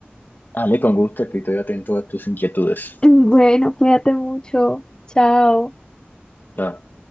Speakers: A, on the left; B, on the left.
A: Ale, con gusto, aquí estoy atento a tus inquietudes.
B: Bueno, cuídate mucho. Chao.
A: Chao.